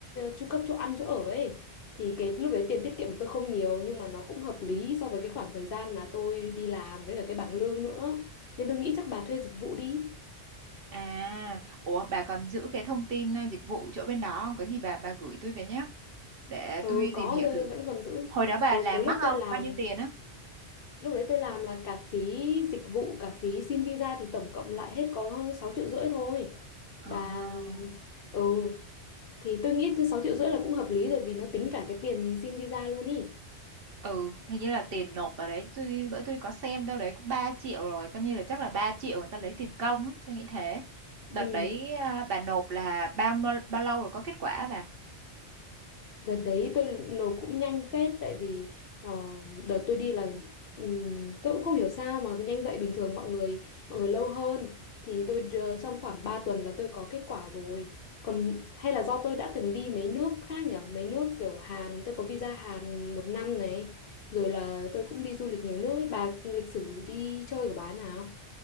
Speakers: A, on the left; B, on the right.
A: chu cấp chỗ ăn chỗ ở ấy thì cái lúc đấy tiền tiết kiệm của tôi không nhiều nhưng mà nó cũng hợp lý so với cái khoảng thời gian mà tôi đi làm với cả cái bảng lương nữa nên tôi nghĩ chắc bà thuê dịch vụ đi
B: À, ủa bà còn giữ cái thông tin à, dịch vụ chỗ bên đó không? Có gì bà bà gửi tôi về nhé. để
A: ừ
B: tôi tìm
A: có
B: hiểu
A: tôi
B: thử
A: vẫn còn giữ
B: hồi đó bà
A: ừ
B: làm
A: cái lúc
B: mắc không
A: tôi làm
B: bao nhiêu tiền á
A: lúc đấy tôi làm là cả phí dịch vụ cả phí xin visa thì tổng cộng lại hết có 6 triệu rưỡi thôi
B: à.
A: bà ừ thì tôi nghĩ 6 triệu rưỡi là cũng hợp lý rồi vì nó tính cả cái tiền xin visa luôn ý
B: ừ hình như là tiền nộp vào đấy tôi bữa tôi có xem đâu đấy cũng 3 triệu rồi coi như là chắc là 3 triệu người ta lấy tiền công ấy tôi nghĩ thế
A: ừ
B: đợt đấy à, bà nộp là bao bao lâu rồi có kết quả bà
A: Đợt đấy tôi nộp cũng nhanh phết tại vì ờ, đợt tôi đi là ừm, tôi cũng không hiểu sao mà nhanh vậy bình thường mọi người mọi người lâu hơn thì tôi đưa- trong khoảng 3 tuần là tôi có kết quả rồi. Còn hay là do tôi đã từng đi mấy nước khác nhở mấy nước kiểu Hàn, tôi có visa Hàn một năm này, rồi là tôi cũng đi du lịch nhiều nước ấy, bà lịch sử đi chơi của bà nào?